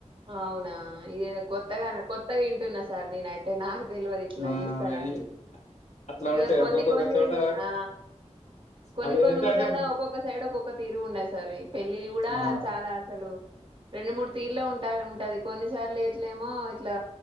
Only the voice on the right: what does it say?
అవునా ఇ కొత్తగా కొత్తగా ఇంటున్న సార్ నన అయితే నా తెలివరి ఇట్లా
చేస్తారా
అని
ఇక కొన్ని
కొన్ని
ఆ కొన్ని
కొన్ని
ఊర్లలో ఒక్కొక్క సైడ్ ఒక్కొక్క తిరు ఉండయి సార్ ఈ పెళ్ళి కూడా
చాలా అసలు రెండు మూడు తీరులో ఉంటా ఉంటది కొన్నిసార్లు ఇట్లమో ఇట్లా